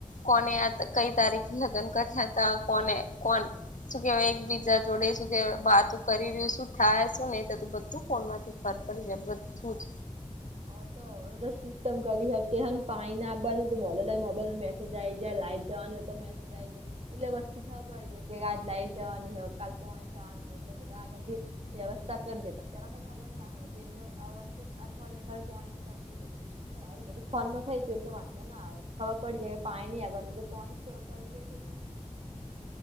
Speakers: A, on the left; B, on the right.
A: કોને આ કઈ તારીખે લગ્ન કર્યા હતા કોને કોણ શું કેવા એક બીજા જોડે શું કે વાતો કરી રહ્યું શું થાય શું નહું થતું બધું ફોન માંથી ફર પડી જાય બધું જ
B: હ તો લ સિસ્ટમ કરી હકીકે પાણી ના આબાનું તો મોરલે દાડ મોબાઈલમાં મેસેજ આઈ જાય લાઈટ જવાનું તો મે જાય જ એટલે વસ્તી ખબર પડી છે કે આજ લાઈટ જવાની હોય કાલ પોણી જવાન એટ બધા આગળથી વ્યવસ્થા કર દેતા પેલા તો ખબર ના હોતી એટલે અ ઑર્ડર થાય પોણી ન ટંકી છે પણ હવે તો બધું ફોન થઈ જ્યું એટલે વાંધો ના આવ ખબર પડી જાય કે પાણી નઈ આબાનું એટલે પોણી <unintelligible> પલ ચેકી દે